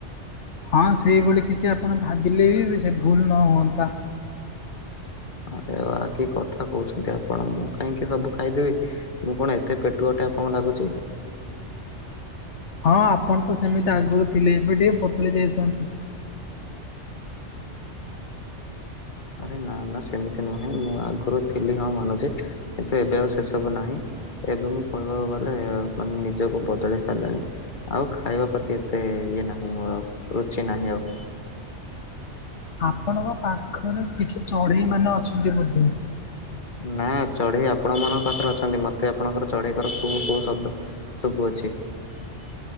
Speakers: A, on the left; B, on the left.
A: ହଁ ସେଇଭଳି କିଛି ଆପଣ ଭାବିଲେ ବି ସେ ଭୁଲ ନ ହୁଅନ୍ତା।
B: ଆରେ ବା କି କଥା କହୁଛନ୍ତି ଆପଣ? ମୁଁ କାହିଁକି ସବୁ ଖାଇଦେବି। ମୁଁ କଣ ଏତେ ପେଟୁଆଟେ ଆପଣଙ୍କୁ ଲାଗୁଛି?
A: ହଁ ଆପଣ ତ ସେମିତି ଆଗରୁ ଥିଲେ। ଏବେ ଟିକେ ପତଳି ଯାଇଛନ୍ତି।
B: ଆରେ ନା ନା ସେମିତି ନୁହେଁ। ମୁଁ ଆଗରୁ ଥିଲି ହଁ ମାନୁଛି। କିନ୍ତୁ ଏବେ ଆଉ ସେ ସବୁ ନାହିଁ। ଏବେ ମୁଁ କହିବାକୁ ଗଲେ ମାନେ ନିଜକୁ ବଦଳି ସାରିଲାଣି। ଆଉ ଖାଇବା ପ୍ରତି ଏତେ ଇଏ ନାହିଁ, ମୋର ଆଉ ରୁଚି ନାହିଁ ଆଉ।
A: ଆପଣଙ୍କ ପାଖରେ କିଛି ଚଢ଼େଇ ମାନେ ଅଛନ୍ତି ବୋଧେ?
B: ନା ଚଢ଼େଇ ଆପଣ ମାନଙ୍କ ପାଖରେ ଅଛନ୍ତି। ମତେ ଆପଣଙ୍କର ଚଢ଼େଇ କର କୁହୁ କୁହୁ ଶବ୍ଦ ଶବୁ ଅଛି।